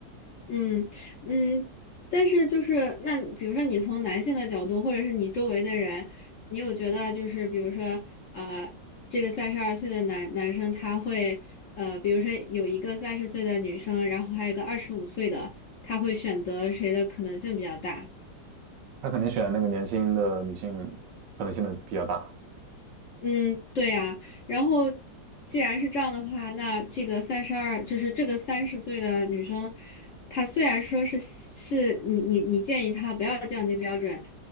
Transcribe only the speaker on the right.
他肯定选那个年轻的女性，可能性的比较大。